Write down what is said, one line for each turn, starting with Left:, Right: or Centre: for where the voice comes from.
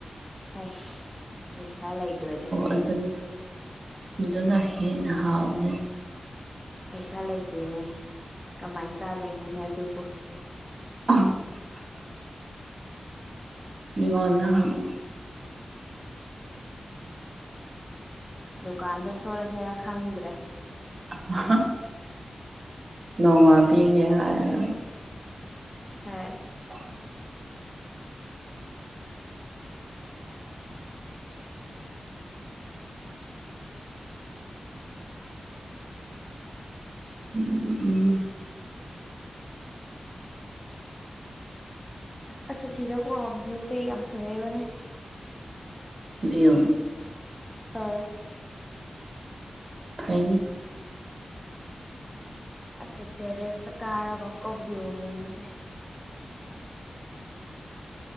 Left: ꯑꯩꯁ ꯄꯩꯁꯥ ꯂꯩꯇꯕꯗꯤ
Right: ꯑꯗꯨꯟ ꯃꯗꯨꯅ ꯍꯦꯟꯅ ꯍꯥꯎꯕꯅꯤ
Left: ꯄꯩꯁꯥ ꯂꯩꯇꯦꯅꯦ ꯀꯃꯥꯏꯟ ꯆꯥꯗꯣꯏꯅꯣꯅꯦ ꯑꯗꯨꯕꯨ
Right: <unintelligible> ꯃꯤꯉꯣꯟꯗ ꯍꯪꯉꯨ
Left: ꯗꯨꯀꯥꯟꯗ ꯁꯣꯂꯁꯤꯔ ꯈꯪꯗ꯭ꯔꯦ
Right: <unintelligible> ꯅꯣꯡꯃ ꯄꯤꯒꯦ ꯍꯥꯏꯔ
Left: ꯍꯩ
Right: <inaudible> <unintelligible>
Left: ꯑꯁ ꯑꯁꯤꯗꯀꯣ ꯚ꯭ꯌꯨꯁꯦ ꯌꯥꯝ ꯐꯖꯩꯕꯅꯦ
Right: ꯕꯤꯌꯨ
Left: ꯑꯏ
Right: ꯐꯩꯅꯦ
Left: ꯑꯗꯨ ꯇꯦꯔꯦꯁꯇ ꯀꯥꯔꯒ ꯀꯣ ꯕꯤꯌꯨ ꯌꯦꯡꯕꯁꯦ